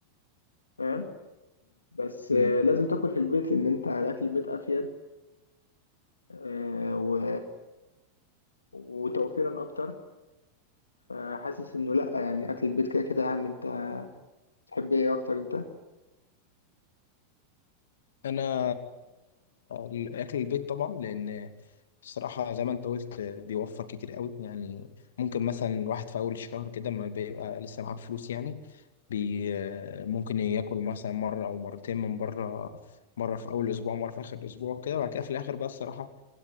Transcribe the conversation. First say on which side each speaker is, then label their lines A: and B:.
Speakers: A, on the left; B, on the left.
A: فاهم بس آه،
B: امم
A: لازم تاكل في البيت لان انت الاكل البيت افيد آه، و... وتوفيرا اكتر فحاسس انه لا يعني اكل البيت كده كده اهم انت تحب ايه اكتر انت
B: انا الاكل البيت طبعا لان بصراحه زي ما انت قلت بيوفر كتير قوي يعني ممكن مثلا الواحد في اول الشهر كده ما بيبقى لسه معاه فلوس يعني بي ممكن ياكل مثلا مره او مرتين من بره مره في اول اسبوع مره في اخر اسبوع كده وبعد كده في الاخر بقى الصراحه